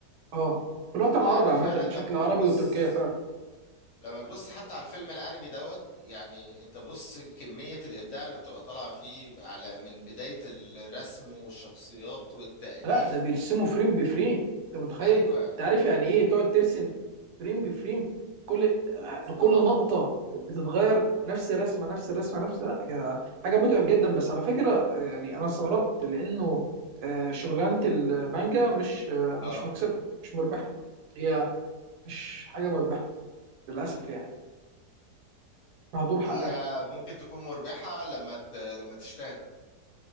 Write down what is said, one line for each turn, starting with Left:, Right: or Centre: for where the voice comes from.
Right: اه في الوطن العربي
Left: يعني
Right: عامه
Left: فعلا
Right: بشكل
Left: لما
Right: عربي
Left: بتبص
Right: وتركيا فعلا
Left: لما بتبص حتى على الفيلم الانمي دوت يعني انت بص كمية الابداع اللي بتبقى طالعة فيه على من بداية الرسم والشخصيات والتأليف
Right: لا ده بيرسموا فريم بفريم انت متخيل
Left: وايوه
Right: انت عارف يعني ايه تقعد ترسم فريم بفريم كل كل
Left: اه
Right: نقطه بتتغير نفس الرسمه نفس الرسمه نفس لا يا- حاجه متعب جدا بس على فكره يعني انا استغربت لانه آه، شغلانه المانجا مش آه،
Left: اه
Right: مش مكسبه مش مربحه هي مش حاجه مربحه للاسف يعني مهدور حقها
Left: هي ممكن تكون مربحة لما ت... لما تشتهر